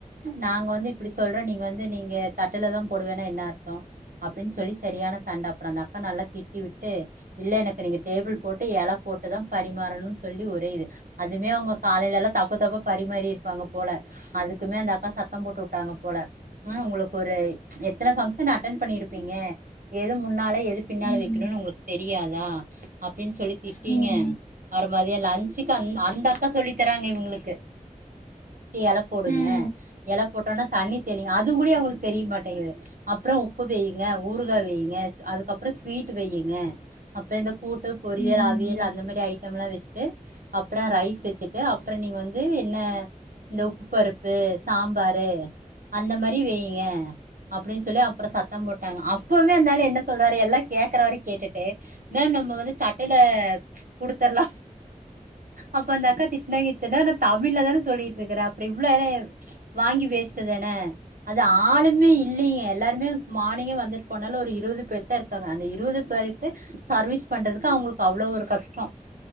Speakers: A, on the right; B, on the left.
A: நாங்க வந்து இப்டி சொல்ற நீங்க வந்து நீங்க கட்டில தான் போடுவேன்னா என்ன அர்த்தம் அப்படின்னு சொல்லி சரியான சண்ட அப்புறம் அந்த அக்கா நல்லா திட்டி விட்டு இல்லை எனக்கு நீங்கள் டேபிள் போட்டு இலை போட்டு தான் பரிமாறணும் சொல்லி ஒரு இது அதுமே அவங்க காலையில எல்லாம் தப்பு தப்பா பரிமாறி இருப்பாங்க போல அதுக்குமே அந்த அக்கா சத்தம் போட்டு விட்டாங்க போல ஆ உங்களுக்கு ஒரு எத்தன பங்க்ஷன் அட்டன் பண்ணிரு ப்பிங்க எது முன்னாலே எது பின்னால
B: ம் ம்
A: வைக்கணும்னு உங்களுக்கு தெரியாதா அப்படின்னு சொல்லி திட்டீங்க
B: ம்
A: மதிய லஞ்சுக்கு அந்த அக்கா சொல்லி தராங்க இவங்களுக்கு இலை போடுங்க
B: ம் ம்
A: இலை போட்டோனா தண்ணி தெளிங்க அதுவும் கூட அவங்களுக்கு தெரியமாட்டேங்குது அப்புறம் உப்பு வையுங்க ஊருகாய் வையுங்க அதுக் அப்புறம் ஸ்வீட் வையுங்க அப்புறம் இந்த கூட் பொறியல்
B: ம்
A: அவியல் அந்த மாதிரி ஜட் வச்சுட்டு அப்புறம் ரைஸ் வச்சு வச்சிட்டு அப்புற நீங்க வந்து என்ன உப்பு பருப்பு சாம்பாரு அந்த மாரி வையுங்க அப்படின்னு சொல்லி அப்பற சத் தம் போட்டாங்க அப்பவே அந்தாலு என்ன சொல்றாரு எல்லாம் கேக்குற வர கேட்டுட்டு மேம் நம்ம வந்து தட்டையில தரலாம் அப்ப அந்த அக்கா திட் என்ன இத்தன நேர தமிழ்ல தான சொல்லிட் இருந்த இருக்கற அப்புறம் இவ்வளவு வேலைய வாங்கி பேசிடதான அது ஆளு மே இல்லைங்க எல்லாருமே மாட் இன்னைக்கு வந்துட்டு போனாலும் ஒரு இருபது பேர் தான் இருக்காங்க அந்த இருபது பேரையு சர்வீஸ் பண்றதுக்கு அவங்களுக்கு அவ்ளோ ஒரு கஷ்டம் அ